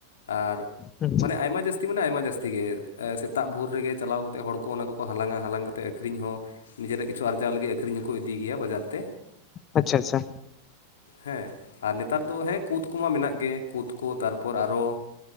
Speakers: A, on the left (about 65°); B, on the left (about 30°).
A: ᱟᱨ
B: ᱦᱩᱸ
A: ᱢᱟᱱᱮ ᱟᱭᱢᱟ ᱡᱟᱹᱥ ᱛᱤ ᱢᱟᱱᱮ ᱟᱭᱢᱟ ᱡᱟᱹᱥᱛᱤ ᱢᱟᱱᱮ ᱟᱭᱢᱟ ᱡᱟᱹᱥᱛᱤ ᱜᱮ ᱥᱮᱛᱟᱜ ᱵᱷᱳᱨ ᱨᱮᱜᱮ ᱪᱟᱞᱟᱣ ᱠᱟᱛᱮ ᱦᱚᱲ ᱠᱚ ᱚᱱᱟ ᱠᱚ ᱠᱚ ᱦᱟᱞᱟᱝ-ᱟ᱾ ᱦᱟᱞᱟᱝ ᱠᱟᱛᱮ ᱟ. ᱠᱷᱨᱤᱧ ᱦᱚᱸ ᱱᱤᱡᱮᱨᱟᱜ ᱠᱤᱪᱷᱩ ᱟᱨᱡᱟᱣ ᱞᱟᱹᱜᱤᱫ ᱟᱹᱠᱷᱨᱤᱧ ᱦᱚᱸᱠᱚ ᱤᱫᱤ ᱜᱮᱭᱟ ᱵᱟᱡᱟᱨ ᱛᱮ᱾
B: ᱟᱪᱪᱷᱟ ᱟᱪᱷᱟ,
A: ᱦᱮᱸ ᱟᱨ ᱱᱮᱛᱟᱨ ᱫᱚ ᱦᱮᱸ ᱠᱩᱫᱽ ᱠᱚᱢᱟ ᱢᱮᱱᱟᱜ ᱜᱮ, ᱠᱩᱫᱽ ᱠᱚ ᱛᱟᱨᱯᱚᱨ ᱟᱨᱚ